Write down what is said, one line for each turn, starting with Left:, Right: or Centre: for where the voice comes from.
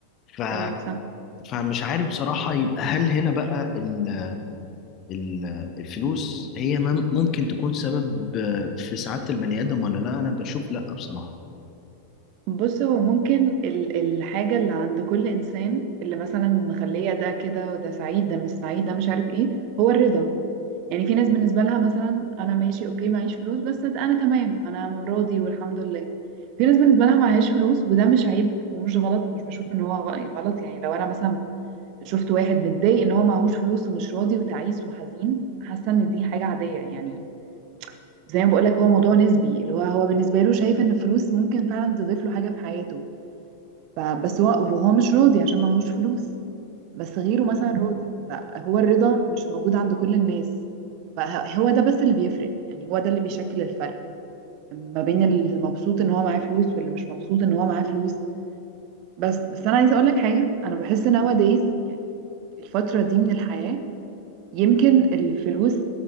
Left: ف...
Right: ايوه صح
Left: فمش عارف بصراحة يبقى هل هنا بقى ال... ال... الفلوس هي مم... ممكن تكون سبب في سعادة البني آدم ولا لا أنا بشوف لا بصراحة
Right: بص هو ممكن ال- الحاجة اللي عند كل انسان اللي مثلا مخلية ده كده وده سعيد ده مش سعيد ده مش عارف ايه هو الرضا يعني في ناس بالنسبة لها مثلا أنا ماشي أوكي معيش فلوس بس أنا تمام أنا راضي والحمد لله في ناس بالنسبة لها معهاش فلوس وده مش عيب ومش غلط مش بشوف إن هو غ- غلط يعني لو أنا مثلا شفت واحد متضايق إن هو معهوش فلوس ومش راضي وتعيس وحزين حاسة إن دي حاجة عادية يعني زي ما بقولك هو موضوع نسبي اللي هو هو بالنسبة له شايف إن الفلوس ممكن فعلا تضيف له حاجة في حياته فبس هو وهو مش راضي عشان معهوش فلوس بس غيره مثلا راضي فهو الرضا مش موجود عند كل الناس فهو ده بس اللي بيفرق يعني هو ده اللي بيشكل الفرق ما بين المبسوط ان هو معاه فلوس واللي مش مبسوط ان هو معاه فلوس بس بس انا عايزه اقول لك حاجه انا بحس nowadays يعني الفتره دي من الحياه يمكن الفلوس